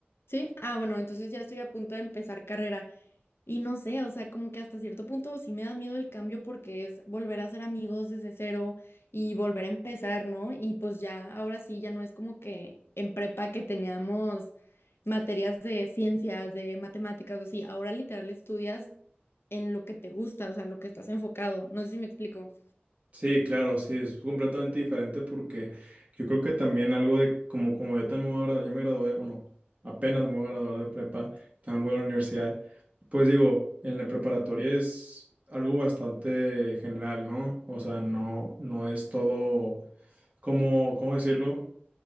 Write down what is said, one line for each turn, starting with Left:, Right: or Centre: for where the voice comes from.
Left: ¿sí? Ah, bueno, entonces ya estoy a punto de empezar carrera. Y no sé, o sea, como que hasta cierto punto sí me da miedo el cambio porque es volver a ser amigos desde cero y volver a empezar, ¿no? Y pues ya, ahora sí, ya no es como que en prepa que teníamos materias de ciencias, de matemáticas o así, ahora literal estudias en lo que te gusta, o sea, lo que estás enfocado. No sé si me explico.
Right: Sí, claro, sí, es completamente diferente porque yo creo que también algo de como, como yo también me voy a gra- ya me gradué, bueno, apenas me voy a graduar de prepa, también voy a la universidad, pues digo, en la preparatoria es algo bastante general, ¿no? O sea, no, no es todo, como, ¿cómo decirlo?